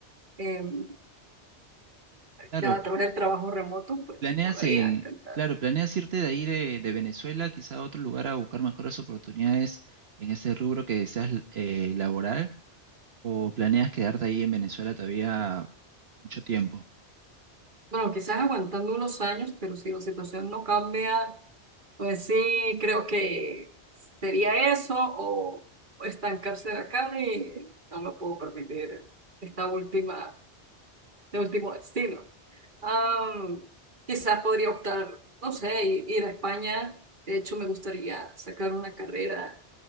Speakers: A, on the right; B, on the right.
A: em,
B: Claro,
A: Ya través del trabajo remoto, pues
B: Planeas
A: podría
B: en,
A: intentar.
B: claro, planeas irte de ahí de, de Venezuela, quizá a otro lugar a buscar mejores oportunidades en ese rubro que deseas eh, laboral, o planeas quedarte ahí en Venezuela todavía mucho tiempo.
A: Bueno, quizás aguantando unos años, pero si la situación no cambia, pues sí, creo que sería eso o, o estancarse acá y no me puedo permitir esta última, este último destino. Am, quizás podría optar, no sé, i- ir a España. De hecho, me gustaría sacar una carrera